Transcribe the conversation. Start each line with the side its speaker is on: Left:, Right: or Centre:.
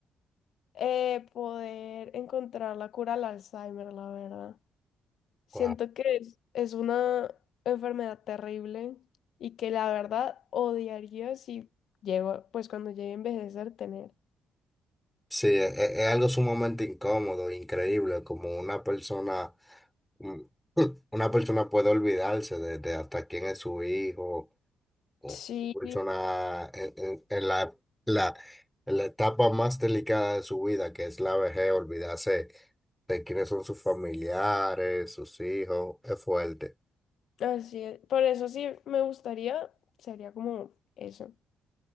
Left: eh, poder encontrar la cura al Alzheimer, la verdad. Siento
Centre: Wow.
Left: que es, es una enfermedad terrible y que la verdad odiaría si llego, pues cuando llegue a envejecer, tener.
Centre: Sí, es, es es algo sumamente incómodo, increíble, como una persona mm, <laughs> Una persona puede olvidarse de, de hasta quién es su hijo, o
Left: Sí,
Centre: una persona en, en- en la, la, en la etapa más delicada de su vida, que es la vejez, olvidarse de quiénes son sus familiares, sus hijos, es fuerte.
Left: así es. Por eso sí me gustaría, sería como eso.